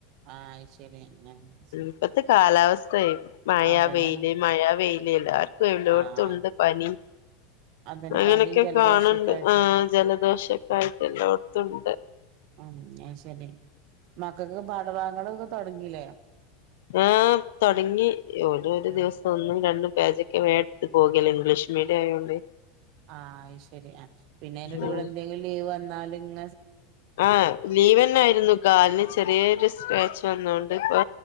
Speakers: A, on the right (about 55°); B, on the left (about 80°).
A: ആഹ ശരി ആ ശരി
B: ഇപ്പത്തെ കാലാവസ്ഥ മഴ
A: അതന്നെയാണ്
B: വെയില മഴ വെൽ എല്ലാർക്കും എല്ലോ
A: ആഹ്
B: ടത്തും ഉണ്ട് പനി
A: അതന്നെ
B: അങ്ങനൊക്കെ
A: പനിയും ജലദോഷൊക്കെ
B: കാണണ്ട്
A: ആയിട്ട്
B: ആ ജലദോഷൊക്കെ ആയിട്ട് എല്ലായിടത്തും ഉണ്ട്
A: ഉ ശരി മക്കൾക്കൊക്കെ പാഠഭാഗങ്ങളൊക്കെ തുടങ്ങലോ
B: ആ തുടങ്ങി ഓ ഒരു
A: ആഹ്
B: ദിവസം ഒന്നും രണ്ടും പേജ വേടുത്ത് പോകല്ലോ ഇംഗ്ലീഷ് മീഡിയം ആയോണ്ട്
A: ആഹ് ശരി ആ പിന്നെ എന്റെ അടി
B: ഉം
A: കൂടെ എന്തെങ്കിലും ലീവ് വന്നാലും ഇ
B: ആഹ് ലീവന്നൊയിരുന്നു കാല ചെറിയൊരു സ്ക്രാച്ച് വന്നോണ്ട് ഇപ്പൊ